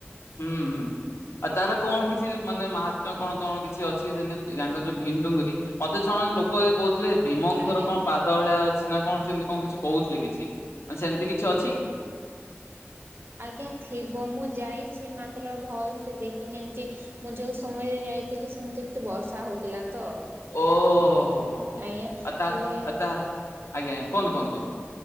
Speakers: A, on the left; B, on the right.
A: ହୁଁ ହୁଁ ଆଉ ତାର କଣ କିଛି ମାନେ ମହାତ୍ମ୍ୟ କଣ କଣ କିଛି ଅଛି ଯେତିଙ୍କ ଯୋଉ ଭୀମ ଡୁଙ୍ଗୁରି ମତେ ଜଣେ ଲୋକ କହୁ ଥିଲେ ଭୀମଙ୍କର
B: ଆଜ୍ଞା
A: କଣ ପାଦ ଭଳିଆ ଅଛି କିଛି ନା କଣ ସେମିତି କଣ କିଛି କହୁଥିଲେ କିଛି ମାନେ ସେମିତି କିଛି ଅ
B: ଆଜ୍ଞା ଥିବ ମୁଁ ଯାଇଛି ମ ତ୍ର ଭଲ ଦେଖିନି ଯେମିତି ମୁ ଯୋଉ ସମୟରେ ଯାଇଥିଲି ସେମିତି ଏତେ ବର୍ଷା ହେଉଥିଲା। ତ
A: ଓହୋ ହୋ ହୋ ହୋ
B: ଆଜ୍ଞ
A: ଆଉ ତା
B: ହେଲେ
A: ଆଉ ତା ଆଜ୍ଞା ଆଜ୍ଞା କୁହନ୍ତୁ କୁହନ୍ତୁ କୁହନ୍ତୁ ।